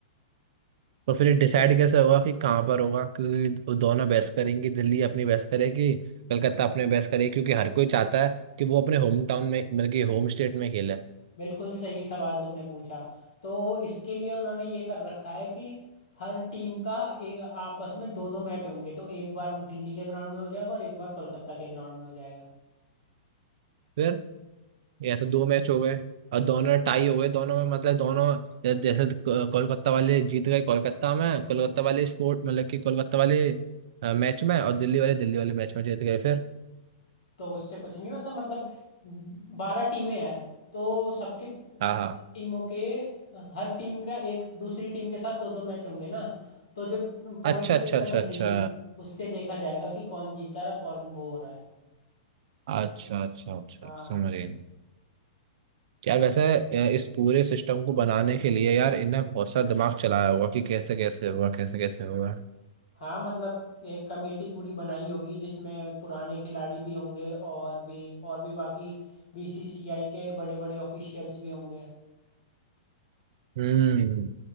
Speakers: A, on the right; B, on the left.
A: तो फिर ये डिसाइड कैसे होगा कि कहाँ पर होगा क्योंकि वो दोनों बहस करेंगी दिल्ली अपनी बहस करेगी कलकत्ता अपने बहस करेगी क्योंकि हर कोई चाहता है कि वो अपने होम टाउन में मतलब कि होम स्टेट में खेले
B: बिल्कुल सही सवाल तुमने पूछा तो इसके लिए उन्होंने ये कर रखा है कि हर टीम का ए, आपस में दो दो मैच होंगे तो एक बार दिल्ली के ग्राउंड में हो जाएगा और एक बार कोलकाता के ग्राउंड में हो जाएगा
A: फिर या तो दो मैच हो गए और दोनों टाई हो गए दोनों में मतलब दोनों जै- जैसे क- कोलकाता वाले जीत गए कोलकाता में कोलकाता वाले स्पोर्ट मतलब कि कोलकाता वाले मैच में और दिल्ली वाले दिल्ली वाले मैच में जीत गए फिर
B: तो उससे कुछ नहीं होता मतलब बारह टीमें हैं तो सबके
A: हाँ हाँ
B: टीमों के हर टीम का एक दूसरी टीम के साथ दो दो मैच होंगे ना तो जो पॉइंट
A: अच्छा अच्छा
B: टेबल
A: अच्छा अच्छा
B: बनेगी उससे देखा जाएगा कि कौन जीता रहा कौन वो हो रहा है
A: अच्छा अच्छा अच्छा
B: हाँ
A: समझ गए यार वैसे अ, इस पूरे सिस्टम को बनाने के लिए यार इनने बहुत सा दिमाग चलाया होगा कि कैसे कैसे होगा कैसे कैसे होगा
B: हाँ मतलब एक कमेटी पूरी बनाई होगी जिसमें पुराने खिलाड़ी भी होंगे और भी और भी बाकी बीसीसीआई के बड़े बड़े ऑफिशियल्स भी होंगे
A: हम्म